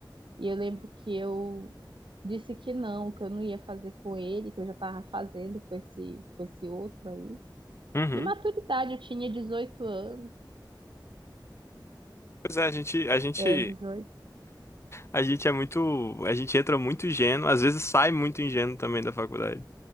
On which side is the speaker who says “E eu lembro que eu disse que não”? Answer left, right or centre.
Right